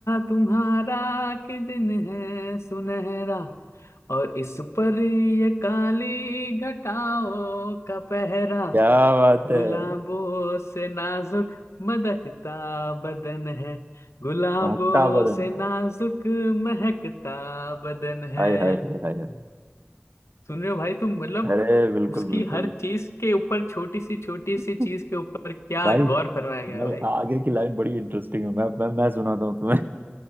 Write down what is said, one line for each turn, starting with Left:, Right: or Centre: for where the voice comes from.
Left: तुम्हारा कि दिन है सुनहरा और इस पर ये काली घटाओं का पहरा
Right: क्या बात है
Left: गुलाबों से नाजुक मदकता बदन है गुलाबों
Right: महकता बदन
Left: से
Right: है
Left: नाजुक महकता बदन है
Right: हाय हाय हाय हाय हाय
Left: सुन रहे हो भाई तुम मतलब
Right: अरे बिल्कुल
Left: उसकी
Right: बिल्कुल
Left: हर चीज के ऊपर छोटी सी छोटी
Right: <laughs>
Left: सी चीज के ऊपर क्या
Right: भाई
Left: गौर फरमाया गया
Right: भाई
Left: है भाई
Right: आगे की लाइन बड़ी इंटरेस्टिंग है मैं मैं मैं सुनाता हूँ तुम्हें